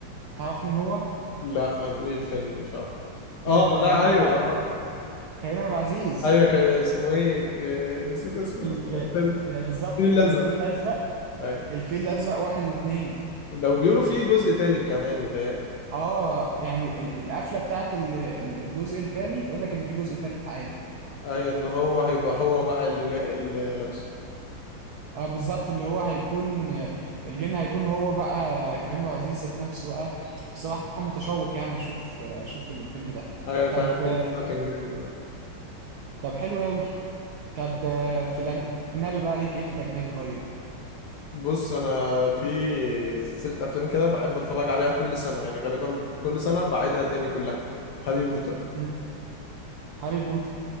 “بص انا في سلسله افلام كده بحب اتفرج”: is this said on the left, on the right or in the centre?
Left